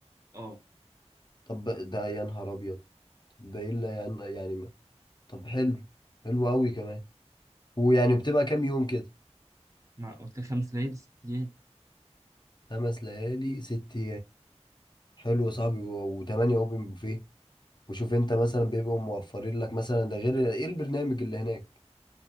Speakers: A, on the right (about 30°); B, on the left (about 40°).
A: أه
B: طب ده يا نهار ابيض ده الا يعني يعني ما. طب حلو حلو قوي كمان ويعني بتبقى كام يوم كده
A: مع أوتيل خمس ليالي ست ليالي
B: خمس ليالي ست حلو يا صاحبي و8 اوبن بوفيه وشوف انت مثلا بيبقوا موفرين لك مثلا ده غير ايه البرنامج اللي هناك